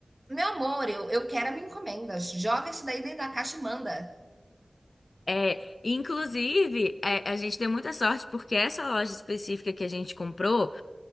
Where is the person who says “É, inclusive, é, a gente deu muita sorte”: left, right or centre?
Left